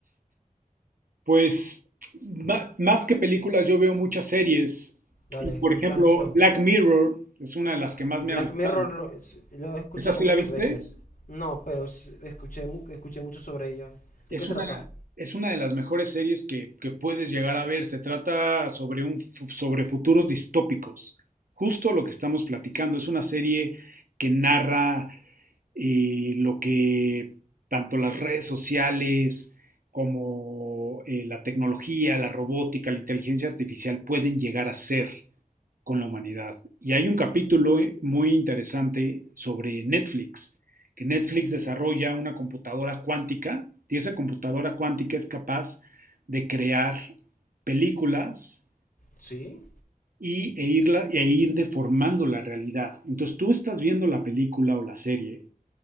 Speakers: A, on the right; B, on the left.
A: Pues ma- más que películas, yo veo muchas series.
B: Dale,
A: Y por ejemplo,
B: ¿y qué has visto?
A: Black Mirror es una de las que más
B: Black
A: me ha gustado.
B: Mirror lo, s- lo he escuchado
A: ¿Esa sí
B: muchas
A: la viste?
B: veces. No, pero s- escuché, mu- escuché mucho sobre ella.
A: Es
B: ¿De qué trata?
A: una, es una de las mejores series que, que puedes llegar a ver. Se trata sobre, un, fu- sobre futuros distópicos. Justo lo que estamos platicando. Es una serie que narra eh, lo que tanto las redes sociales como eh, la tecnología, la robótica, la inteligencia artificial pueden llegar a ser con la humanidad. Y hay un capítulo eh, muy interesante sobre Netflix, que Netflix desarrolla una computadora cuántica y esa computadora cuántica es capaz de crear películas
B: ¿Sí?
A: y, e, irla, e ir deformando la realidad. Entonces tú estás viendo la película o la serie